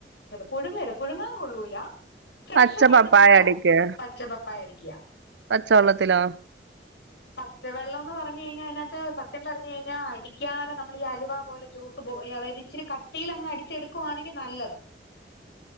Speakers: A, on the left; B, on the right.
A: പുഴുങ്ങര് പുഴുങ്ങാ കൊള്ളൂല ഫ്രഷായിട്ട്
B: പച്ച പപ്പായ
A: നമ്മള്
B: അടിക്കേ
A: പച്ച പയടിക്യാ
B: പച്ചവെള്ളത്തിലോ
A: പച്ചവെള്ളം പറഞ്ഞു കഴിഞ്ഞാൽ അതിനകത്ത് സത്യം പറഞ് കഴിഞ്ഞാ അടിക്കാതെ നമ്മൾ ഈ അലുവ പോലെ ജൂസ് സുപൊ എ അതായത് ഇച്ചിരി കട്ടിയിലങ് അടിച്ചെടുക്കുവാണെങ്കിൽ നല്ലത്